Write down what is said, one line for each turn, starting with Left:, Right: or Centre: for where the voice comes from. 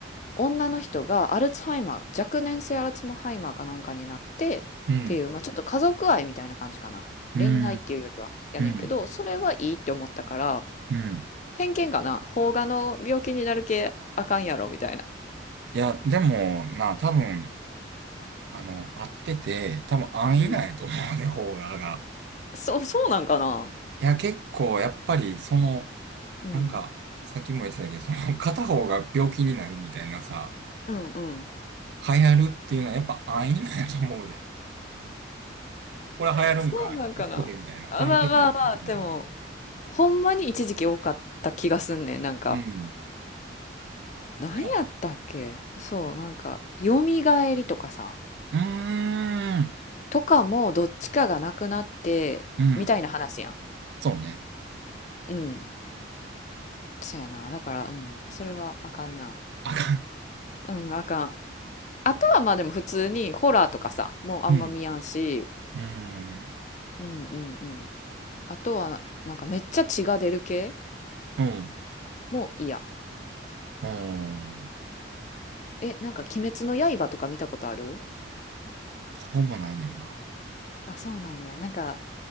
Left: 女の人がアルツハイマー、若年性アルツハイマーかなんかになって、
Right: うん。
Left: っていう、まあちょっと家族愛みたいな感じかな。
Right: うん。
Left: 恋愛っていうよりは。やねんけど、
Right: うん。
Left: それはいいって思ったから、
Right: うん。
Left: 偏見かな邦画の病気になる系あかんやろみたいな
Right: いや、でも、な、多分、あの、合ってて、多分安易なんやと思うね、
Left: うん。
Right: 方が、が。
Left: そ、そうなんかな
Right: いや、結構、やっぱり、その、
Left: うん
Right: なんか、さっきも言ってたけど、その、片方が病気になるみたいなさ、
Left: うんうん
Right: 流行るっていうのはやっぱ安易なんやと思うで。これ流行るんかい言っとけみたいな。
Left: そうなんかなあまあまあまあでも
Right: この手に言っとけみたいな。
Left: ほんまに一時期多かった気がすんねんなんか
Right: うん。
Left: 何やったっけそうなんかよみがえりとかさ
Right: いや、うーん。
Left: とかもどっちかがなくなってみたいな話やん
Right: うん。そうね。
Left: うんそうやなだからうんそれはあかんな
Right: あか
Left: うんあかんあとはまあでも普通にホラーとかさもうあんま見やんし
Right: ん。うん。うーん。
Left: うんうんうんあとは、なんかめっちゃ血が出る系
Right: うん。
Left: も嫌。
Right: うん。
Left: え、なんか鬼滅の刃とか見たことある
Right: ほぼないねんな。
Left: あ、そうなんや。なんか